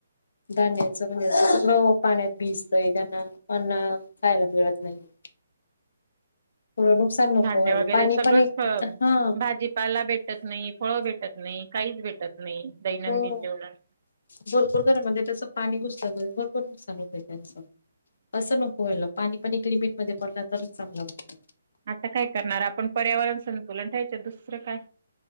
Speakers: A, on the left; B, on the right.
A: धान्याचं म्हणजे सगळं पाण्यात भिजतंय. त्यांना पण खायला मिळत नाहीये. नुकसान नको
B: धान्य
A: व्हायला
B: वगैरे
A: पाणी
B: सगळंच
A: पण एक हा
B: भाजी पाला भेटत नाही, फळं भेटत नाही, काहीच भेटत नाही दैनंदिन
A: हो
B: जेवणात.
A: भरपूर खर म्हणजे त्याचं पाणी घुसल्यामुळे भरपूर नुकसान होतय त्यांचं. असं नको व्हायला. पाणी पण एक लिमिटमध्ये पडला तरच चांगला वाटतो.
B: आता काय करणार आपण पर्यावरण संतुलन ठेवायचं दुसरं काय.